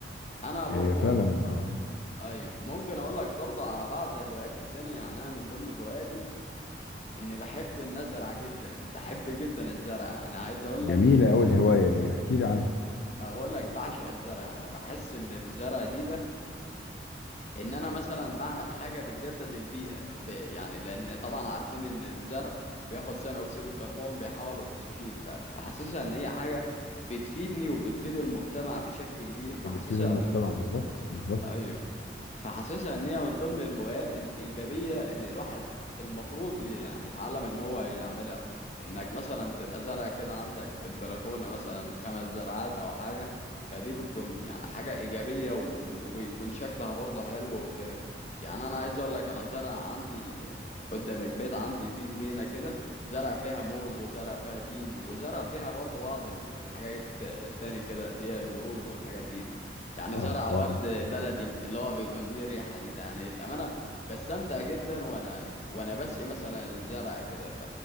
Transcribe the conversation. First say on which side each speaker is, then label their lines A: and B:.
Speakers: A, on the left (about 40°); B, on the left (about 75°).
A: انا برضو
B: إيه فعلا اه
A: ايوه ممكن اقول لك برضه على بعض هواياتي التانية يعني انا من ضمن هواياتي اني بحب ان ازرع جدا بحب جدا الزرع يعني عايز اقول
B: جميلة
A: لك
B: أوي الهواية دي احكي لي عنها
A: ما بقول لك بعشق الزرع يعني بحس ان الزرع دي ده ان انا مثلا بعمل حاجة بتجدد البيئة ب... يعني لان طبعا عارفين ان الزرع بياخد ثاني اكسيد الكربون بيحوله الاكسجين ف... فحاسسها ان هي حاجة بتفيدني وبتفيد المجتمع بشكل كبير فحاسسها
B: وبتفيد المجتمع
A: م...
B: بالظبط بالظبط
A: ايوه فحاسسها ان هي من ضمن الهوايات الايجابيه اللي الواحد المفروض يعني يتعلم ان هو يعملها انك مثلا تبقى زرع كده عندك في البلكونه مثلا خمس زرعات او حاجه فدي بتكون يعني حاجه ايجابيه و- وبيكون شكلها برضه حلو وكده يعني انا عايز اقول لك انا زرع عندي قدام البيت عندي في جنينه كده زرع فيها موز وزرع فيها تين وزرع فيها برضه بعض ال- الحاجات ك- تاني كده اللي هي الورود والحاجات دي يعني
B: اه
A: زرع ورد
B: اه
A: بلدي اللي هو بيكون ليه ريحة دي ده يعني الأمانة بستمتع جدا وأنا وأنا بسقي مثلا الزرع كده ف...